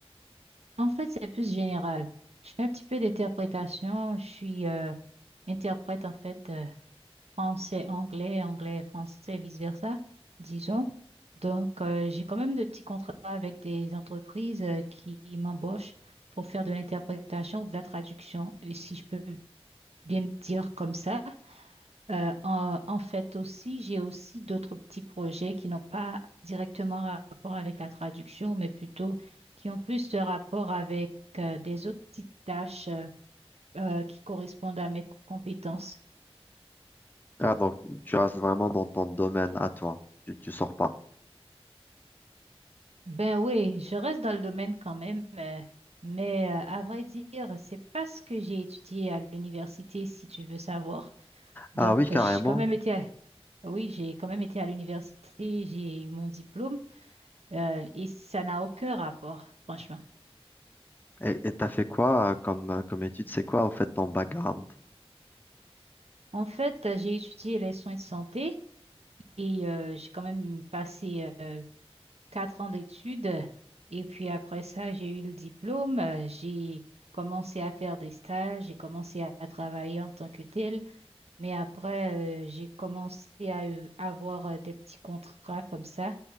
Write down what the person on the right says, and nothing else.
En fait, c'est plus général. Je fais un petit peu d'interprétation. Je suis euh, interprète, en fait. euh, français, anglais, anglais, français, vice-versa, disons. Donc, euh, j'ai quand même de petits contrats avec des entreprises euh, qui m'embauchent pour faire de l'interprétation ou de la traduction, et si je peux bien me dire comme ça. Euh, en, en fait aussi, j'ai aussi d'autres petits projets qui n'ont pas directement rapport avec la traduction, mais plutôt qui ont plus de rapport avec euh, des autres petites tâches euh, euh, qui correspondent à mes compétences.
Ben oui, je reste dans le domaine quand même, euh, mais euh, à vrai dire, c'est pas ce que j'ai étudié à l'université, si tu veux savoir. Donc,
euh, j'ai quand même été, à- oui, j'ai quand même été à l'université, j'ai eu mon diplôme, euh, et ça n'a aucun rapport, franchement.
En fait, euh, j'ai étudié les soins de santé et euh, j'ai quand même passé euh, quatre ans d'études. Et puis après ça, j'ai eu le diplôme. euh, J'ai commencé à faire des stages, j'ai commencé à à travailler en tant que tel Mais après, euh, j'ai commencé à euh, avoir euh, des petits contrats comme ça,